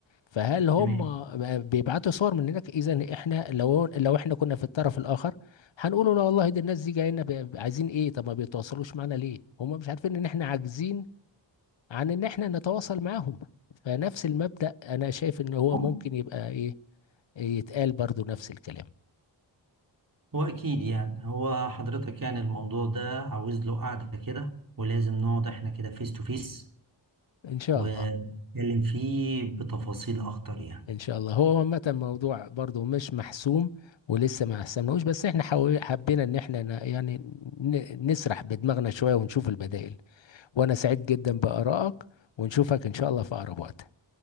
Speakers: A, on the left (about 75°); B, on the right (about 45°).
A: فهل هم
B: تمام
A: بيبعتوا صور من هناك اذا احنا لو لو احنا كنا في الطرف الاخر هنقول لا والله دي الناس دي جايين ب- عايزين ايه طب ما بيتواصلوش معانا ليه هم مش عارفين ان احنا عاجزين عن ان احنا نتواصل معاهم فنفس المبدأ انا شايف ان هو
B: ممكن.
A: ممكن يبقى ايه يتقال برضو نفس الكلام
B: هو أكيد يعني هو حضرتك يعني الموضوع ده عاوز له قعدة كده ولازم نقعد احنا كده فيس تو فيس
A: ان شاء
B: ونتكلم
A: الله
B: فيه بتفاصيل أكتر يعني
A: ان شاء الله هو عامه الموضوع برضو مش محسوم ولسه ما حسمناهوش بس احنا حاول- حبينا ان احنا ن- يعني ن- نسرح بدماغنا شوية ونشوف البدائل وانا سعيد جدا بآرائك ونشوفك ان شاء الله في اقرب وقت